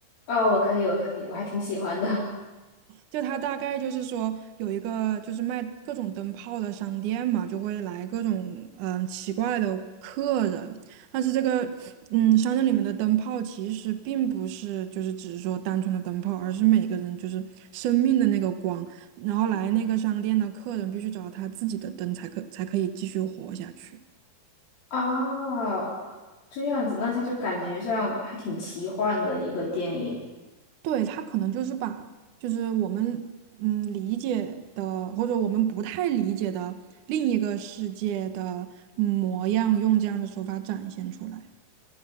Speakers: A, on the left; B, on the right.
A: 哦，我可以，我可以，我还挺喜欢的。
B: 就他大概就是说有一个就是卖各种灯泡的商店嘛，就会来各种嗯奇怪的客人，但是这个嗯商店里面的灯泡其实并不是就是只是说单纯的灯泡，而是每个人就是生命的那个光，然后来那个商店的客人必须找到他自己的灯才可才可以继续活下去。
A: 啊，这样子，那它就感觉像还挺奇幻的一个电影。
B: 对，他可能就是把就是我们嗯理解的或者我们不太理解的另一个世界的嗯模样，用这样的手法展现出来。